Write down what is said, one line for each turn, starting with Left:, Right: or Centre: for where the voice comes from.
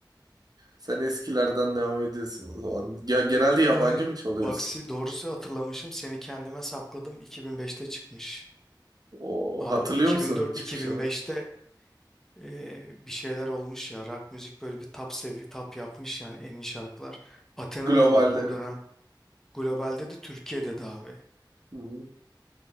Right: Sen eskilerden devam ediyorsun o zaman. Ya genelde yabancı
Centre: Aynen.
Right: mı çalıyorsun?
Centre: Bak si- doğrusu hatırlamışım seni kendime sakladım 2005'te çıkmış.
Right: O
Centre: Abi
Right: hatırlıyor
Centre: bu 2004-2005'te
Right: musun çıkışını?
Centre: e, bir şeyler olmuş ya rock müzik böyle bir tap sevi tap yapmış yani en iyi şarkılar. Athena'nın
Right: Globalde.
Centre: da bak o dönem globalde de Türkiye'de de abi.
Right: Hı.